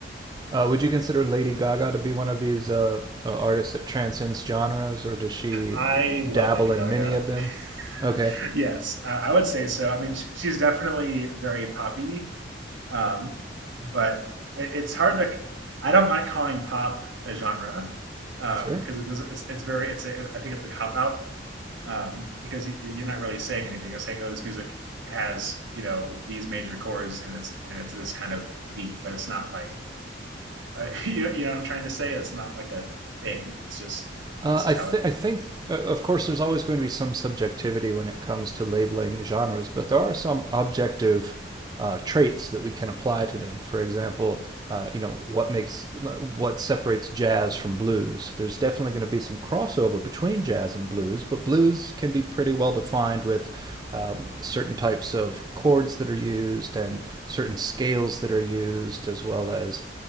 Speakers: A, on the right; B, on the right.
A: uh, would you consider Lady Gaga to be one of these uh, uh, artists that transcends genres, or does she
B: I love
A: dabble
B: Lady Gaga.
A: in many of them?
B: <laughs>
A: Okay,
B: yes, I, I would say so. I mean, sh- she's definitely very poppy, um, but it, it's hard to. I don't like calling pop a genre because
A: sure.
B: it doesn't. It's, it's very. It's. A, I think it's a cop out um, because you, you're not really saying anything. You're saying, "Oh, this music has you know these major chords and it's and it's this kind of beat," but it's not like uh, <laughs> you, know, you know what I'm trying to say. It's not like a, a thing. It's just
A: Uh,
B: this
A: I,
B: is how
A: th-
B: it.
A: I think, uh, of course, there's always going to be some subjectivity when it comes to labeling genres, but there are some objective uh, traits that we can apply to them. For example, uh, you know, what makes uh, what separates jazz from blues? There's definitely going to be some crossover between jazz and blues, but blues can be pretty well defined with um, certain types of chords that are used and certain scales that are used, as well as